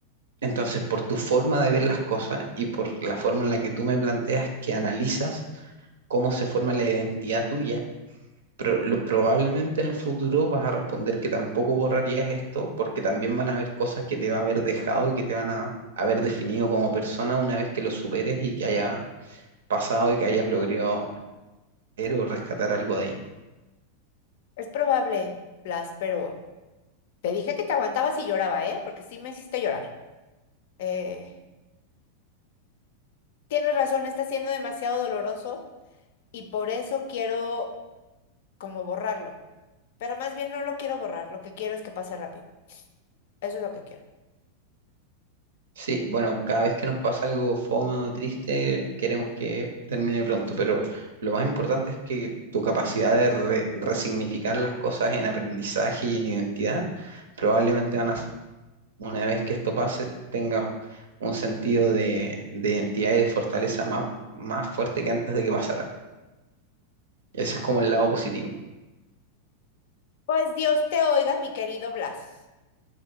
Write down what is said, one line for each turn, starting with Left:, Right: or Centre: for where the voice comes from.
Right: Entonces, por tu forma de ver las cosas y por la forma en la que tú me planteas que analizas cómo se forma la identidad tuya, Pero lo, probablemente en el futuro vas a responder que tampoco borrarías esto, porque también van a haber cosas que te va a haber dejado y que te van a haber definido como persona una vez que lo superes y que haya pasado y que hayas logrado leer o rescatar algo de ahí.
Left: Es probable, Blas, pero te dije que te aguantabas y lloraba, ¿eh? Porque sí me hiciste llorar. Eh, tienes razón, está siendo demasiado doloroso y por eso quiero como borrarlo. Pero más bien no lo quiero borrar, lo que quiero es que pase rápido. Eso es lo que quiero.
Right: Sí, bueno, cada vez que nos pasa algo fome o triste, queremos que termine pronto, pero lo más importante es que tu capacidad de re- resignificar las cosas en aprendizaje y en identidad probablemente van a una vez que esto pase, tengas un sentido de, de identidad y de fortaleza más, más fuerte que antes de que pasara. Ese es como el lado positivo.
Left: Pues Dios te oiga, mi querido Blas.